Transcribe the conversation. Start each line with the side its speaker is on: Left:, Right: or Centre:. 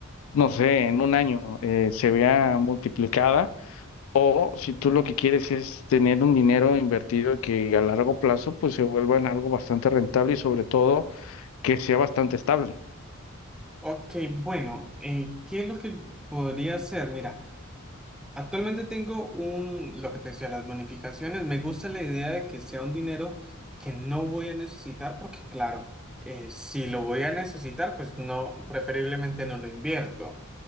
Left: no sé, en un año eh, se vea multiplicada, o si tú lo que quieres es tener un dinero invertido que a largo plazo pues se vuelva en algo bastante rentable y sobre todo que sea bastante estable.
Centre: Ok, bueno, eh, ¿qué es lo que podría hacer? Mira. Actualmente tengo un, lo que te decía, las bonificaciones. Me gusta la idea de que sea un dinero que no voy a necesitar porque, claro, eh, si lo voy a necesitar, pues no, preferiblemente no lo invierto.